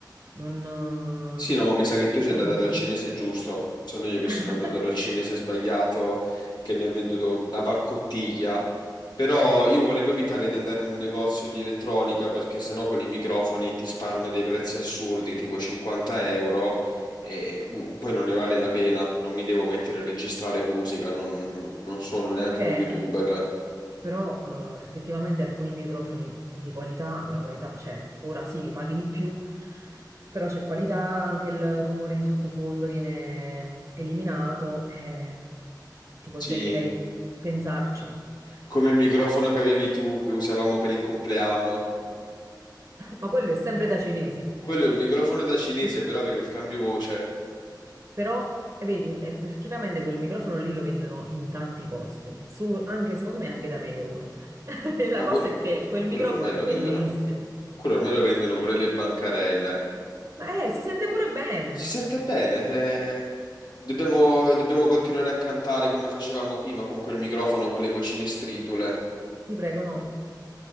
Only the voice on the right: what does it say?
non, eh,
non
sono
utile.
<laughs>
Ok,
Però eh, effettivamente alcuni microfoni di qualità, la qualità c'è. Ora sì, li paghi di più, però c'è qualità, anche il rumore di sottofondo viene eliminato. eh, ti consiglierei
di pensarci.
Ma quello è sempre da cinesi.
<laughs>
Però, vedi, effettivamente quel microfono lì lo vendono in tanti posti, su- anche secondo me anche da Media World. <laughs> E la
cosa
è che quel
microfono
è
bellissimo.
Ma eh, si sente pure bene.
Ti prego, no.